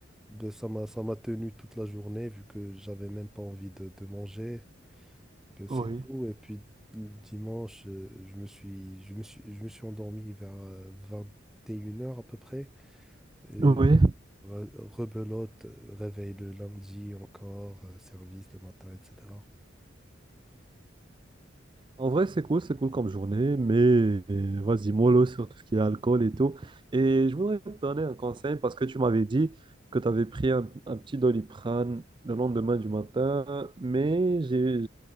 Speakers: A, in the centre; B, on the right.
A: Ben, ça m'a, ça m'a tenu toute la journée vu que j'avais même pas envie de, de manger. Ben, c'est
B: oui.
A: tout. Et puis le dimanche, euh, je me suis, je me suis, je me suis endormi vers euh, vingt et une heures à peu près. Et
B: Oui.
A: re- rebelote, euh, réveil le lundi encore, euh, service le matin, etc.
B: En vrai, c'est cool, c'est cool comme journée, mais vas-y, mollo sur tout ce qui est alcool et tout. Et je voudrais te donner un conseil parce que tu m'avais dit que tu avais pris un, un petit Doliprane le lendemain du matin, mais j'ai,